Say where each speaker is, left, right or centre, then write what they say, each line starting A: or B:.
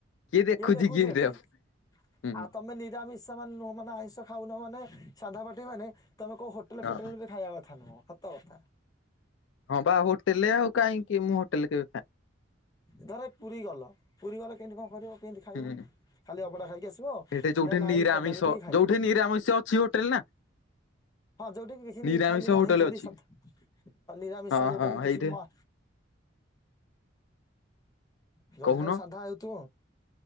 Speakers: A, on the left (about 75°); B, on the left (about 20°).
A: ଦେଖୁଛି
B: କିଏ ଦେଖୁଚି
A: ସେଠି
B: ଏଠି।
A: ଆଉ। ହୁଁ
B: ଆଉ ତମେ ନିରାମିଷ ମାନ ନୁହ ମାନେ ଆଇଁ ଷ ଖାଉନ ମାନେ ସାଧା ପାଟି ମାନେ ତମେ କୋଉ ହୋଟେଲ
A: ହଁ
B: ଫୋଟେଲରେ ବି ଖାଇବା କଥା ନୁହଁ। ସତ୍ ତ କଥା।
A: ହଁ ବା ହୋଟେଲରେ ଆଉ କାହିଁକି ମୁଁ ହୋଟେଲରେ କେବେ ଖାଏ
B: ଧର ପୁରୀ ଗଲ ପୁରୀ ଗଲେ କେମତି କଣ କରିବ? କେମତି ଖାଇବ?
A: ହୁଁ।
B: ଖାଲି ଅବଢ଼ା ଖାଇକି ଆସିବ
A: ସେଇଠି ଯୋଉଠି
B: ନା ନାଇଁ
A: ନିରାମିଷ
B: ପଦାରେ ବି ଖାଇବ।
A: ଯୋଉଠି ନିରାମିଷ ଅଛି ହୋଟେଲ ନା
B: ହଁ ଯୋଉଠି କି କିଛି ନି
A: ନିରାମିଷ
B: ଖାଲି ନାହିଁ
A: ହୋଟେଲ
B: ଖାଲି
A: ଅଛି
B: ସାଧା ନିରାମିଷ
A: ହଁ
B: ଯୋଉଟାକି
A: ହଁ ହେଇଠି
B: କିଛି ମ ଯୋଉଠି
A: କହୁନ
B: ଖାଲି ସାଧା ହେଉଥିବ।